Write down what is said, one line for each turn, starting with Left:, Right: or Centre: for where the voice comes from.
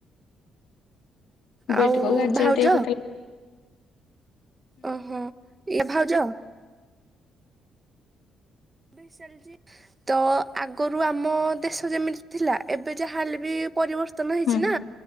Left: ବିଟ
Right: ଆଉ
Left: କୁ ଗାଜର
Right: ଭାଉଜ
Left: ଟିକେ ପକେଇଲେ
Right: ଓହୋ ଇଏ ଭାଉଜ ଭିଶାଲ ଯି ତ-ଅ-ଅ ଆଗରୁ ଆମ ଦେଶ ଯେମିତି ଥିଲା ଏବେ ଯାହା ହେଲେ ବି ପରିବର୍ତ୍ତ ନ ହେଇଛିନା
Left: ହୁଁ